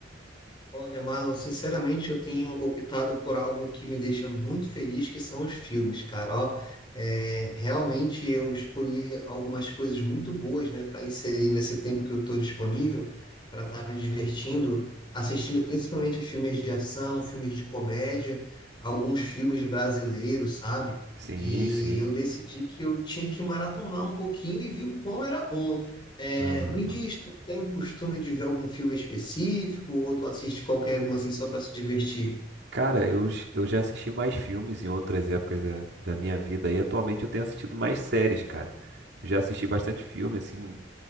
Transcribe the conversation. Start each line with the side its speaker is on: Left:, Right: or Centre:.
Left: Olha, Marlon, sinceramente, eu tenho optado por algo que me deixa muito feliz, que são os filmes, cara. Ó, é, realmente eu escolhi algumas coisas muito boas, né, para inserir nesse tempo que eu estou disponível, para estar me divertindo, assistindo principalmente filmes de ação, filmes de comédia, alguns filmes brasileiros, sabe?
Right: Sim,
Left: E
Right: sim.
Left: eu decidi que eu tinha que maratonar um pouquinho e vi o quão era bom. É,
Right: Aham.
Left: me diz, tu tem o costume de ver algum filme específico ou tu assiste qualquer um assim só para se divertir?
Right: Cara, eu, j- eu já assisti mais filmes em outras épocas da, da minha vida e atualmente eu tenho assistido mais séries, cara. Já assisti bastante filme, assim,